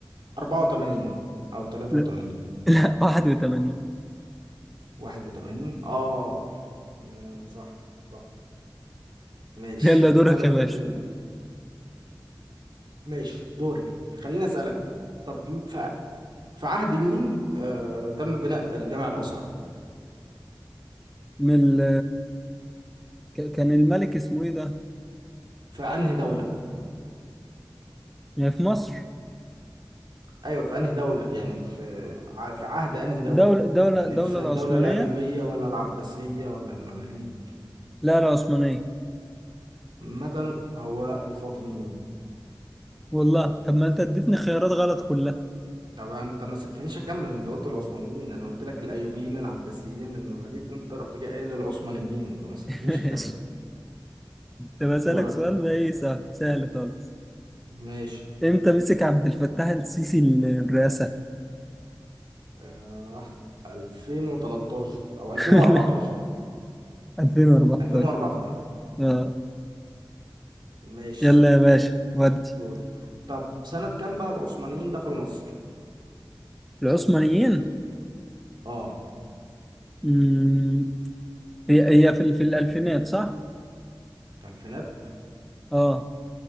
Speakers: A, on the right; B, in the centre.
A: 84 أو 83
B: لا لا 81
A: 81 اه أمم، صح صح ماشي
B: يلا دورك
A: بالاس
B: يا باشا
A: ال... ماشي دوري خليني اسالك طب ف... في عهد مين آه... تم بناء الجامع الازهر
B: من ال... ك- كان الملك اسمه ايه ده؟
A: في انهي دوله
B: يعني في مصر
A: ايوه في انهي دوله يعني في ع- في عهد انهي دوله
B: دولة دولة
A: يعني
B: دولة
A: في
B: العثمانية
A: الدوله الايوبيه ولا العباسيه ولا المماليك
B: لا العثمانية
A: مثلا هو الفاطميين
B: والله طب ما انت اديتني خيارات غلط كلها
A: طبعا انت ما سبتنيش اكمل انت قلت العثمانيين انا قلت لك الايوبيين العباسيين المماليك وانت رحت جاي قايل للعثمانيين فما سبتنيش
B: ماشي
A: اكمل
B: طب أسألك
A: دورك
B: سؤال بقى إيه سهل سهل خالص
A: ماشي
B: إمتى مسك عبد الفتاح السيسي الرئاسة؟
A: آه 2013 او 2014
B: <laughs> 2014
A: 2014
B: آه
A: ماشي
B: يلا يا باشا ودي
A: دوري طب سنة كام بقى العثمانيين دخلوا مصر
B: العثمانيين
A: اه
B: مم، هي هي في ال- في الألفينات صح؟
A: الفينات
B: آه